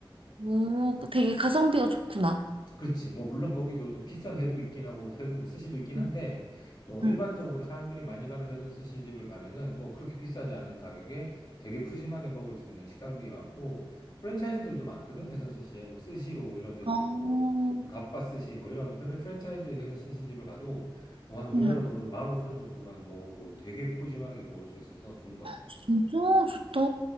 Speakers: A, on the right; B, on the left.
A: 오, 그 되게 가성비가 좋구나.
B: 그렇지. 뭐, 물론 거기도 좀 비싼 회도 있긴 하고, 회, 뭐, 스시도 있긴
A: 응
B: 한데, 뭐,
A: 응.
B: 일반적으로 사람들이 많이 가는 회전 스시집을 가면은, 뭐, 그렇게 비싸지 않은 가격에 되게 푸짐하게 먹을 수 있는 식당들이 많고, 프랜차이즈들도 많거든, 회전 스시에. 뭐, 스시로 이런 데도
A: 어,
B: 있고, 뭐, 갑바 스시, 뭐, 이런 프랜- 프랜차이즈 회전 스시집을 가도, 뭐, 한 우리나라
A: 응.
B: 돈으로 15,000원 정도만 먹어도 되게 푸짐하게 먹을 수 있어서 좋은 것 같아.
A: 진짜 좋다.